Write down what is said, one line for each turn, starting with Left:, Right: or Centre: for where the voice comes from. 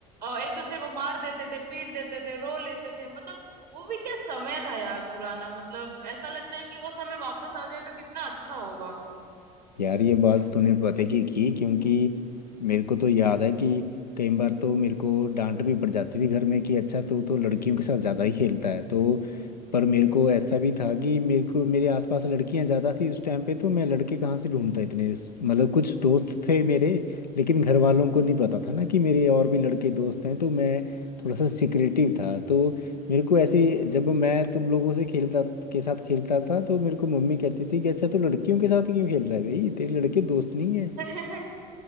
Right: और एक दूसरे को मार देते थे पीट देते थे रो लेते थे मतलब वो भी क्या समय था यार पुराना मतलब ऐसा लगता है कि वो समय वापस आ जाए तो कितना अच्छा होगा
Left: यार ये बात तूने पता की की क्योंकि मेरे को तो याद है कि कई बार तो मेरे को डांट भी पड़ जाती थी घर में कि अच्छा तू तो लड़कियों के साथ ज़्यादा ही खेलता है तो पर मेरे को ऐसा भी था कि मेरे को मेरे आसपास लड़कियां ज़्यादा थी उस टाइम पे तो मैं लड़के कहाँ से ढूंढता इतने मतलब कुछ दोस्त थे मेरे लेकिन घर वालों को नहीं पता था ना कि मेरे और भी लड़के दोस्त हैं तो मैं थोड़ा सा सिक्रेटिव था तो मेरे को ऐसे ही- जब मैं तुम लोगों से खेलता के साथ खेलता था तो मेरे को मम्मी कहती थी कि अच्छा तू लड़कियों के साथ क्यों खेल रहा है भाई तेरे लड़के दोस्त नहीं है
Right: <laughs>